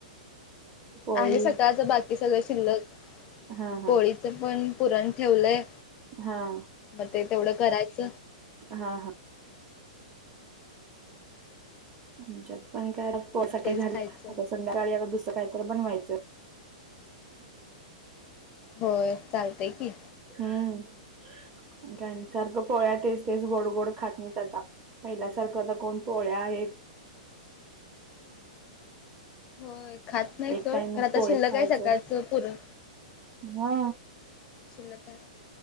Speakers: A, on the right (about 30°); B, on the left (about 25°).
A: पोळी
B: आहे सकाळच बाकी सगळ शिल्लक
A: हा हा
B: पोळीच पण पुरण ठेवलय
A: हां
B: मग ते तेवढ करायच
A: हां हां आमच्यात पण काय सकाळी
B: तेच
A: झालेत
B: खायचं
A: आता
B: मग
A: संध्याकाळी आता दुसर काय तरी बनवायचं
B: होय चालते की
A: हां सारखं पोळ्या तेच ते गोड गोड खात नाहीत आता पहिल्यासारखं आता कोण पोळ्या हे
B: होय खात नाही
A: एक
B: सोड
A: टाइमच
B: खरं आता
A: पोळी
B: शिल्लक
A: खायच
B: आहे सकाळचं
A: हू
B: पुरण
A: हू
B: शिल्लक आहे